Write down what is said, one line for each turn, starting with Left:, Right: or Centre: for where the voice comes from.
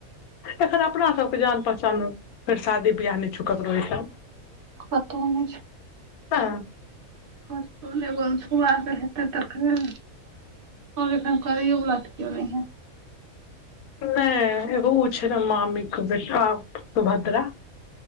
Left: एखन अपना सबके जान पहचान फेर शादी बिियाह नहि छुकल रहठाम
Right: पतो नहि छै
Left: हँ
Right: कतहु सुुआके हेतै तखने ओर ऐखैन करैयो वाला ल त कैयोने
Left: नहि एगो उ छै ने मामी के बेटा भद्रा